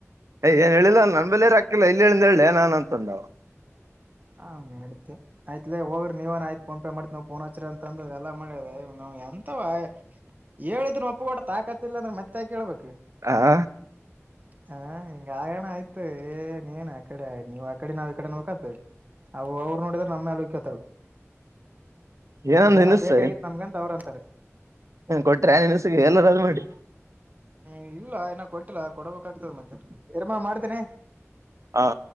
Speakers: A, on the right; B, on the right.
A: ಯ ಏನ ಹೇಳಿಲ್ಲ ನನ ಬಲ್ಲೆ ರೊಕ್ಕಾ ಇಲ್ಲಾ ಎಲ್ಲಿ ಹೇಳಂದ ಹೇಳೆ ನಾನ ಅಂತಂದ.
B: ಹ ಅಡ್ತ ಆಯ್ತ್ಲೇ ಹೋಗ್ರ ನೀವನ ಆಯ್ತ ಫೋನ ಪೇಫೆ ಮಾಡತೀನಿ ಅಂತ ಫೋನ್ ಹಚ್ಚರಿ ಅಂದ ಎಲ್ಲ ಮಾಡ್ಯದ ಎಂತವ ಹೇಳಿದನ ಒಪಗೊಟ್ಟ ತಾಕತಿಲ್ಲ ಅಂದ್ರೆ ಮತ್ತೆ ಯಾಕ ಹೇಳಬೇಕ.
A: ಹ
B: ಹಾ ಹಿಂಗ ಆಗಣ ಆಯ್ತು ಏ ನೀನ್ ಆಕಡೆ ನೀವ ಆ ಕಡೆ ನಾವ ಈ ಕಡೆ ಅನ್ಕೋತು. ಅವ ಅವರ ನೋಡಿದ್ರ ನಮ್ಮ ಮೇಲ ಹೊಯಿಕೋತಾವೆ.
A: ಏನಂದ
B: ಇದೆಲ್ಲಾ
A: ಇನಸ್ಸ
B: ಬೇಕಾಗಿತ್ತ ನಮ್ಗಂತ ಅವ್ರ ಅಂತರ.
A: ಹ್ಮ ಕೊಟ್ರೆ ಆ ನಿನ್ಸಗೆ ಎಲ್ಲರದ ಮಾಡಿ.
B: ಹ್ಮ ಇಲ್ಲ ಇನ ಕೊಟ್ಟಿಲ್ಲ ಕೊಡಬೇಕಾಗ್ತದೆ ಮತ್ತೆ ಇರ್ಮ ಮಾಡ್ತೇನೆ.
A: ಹಾ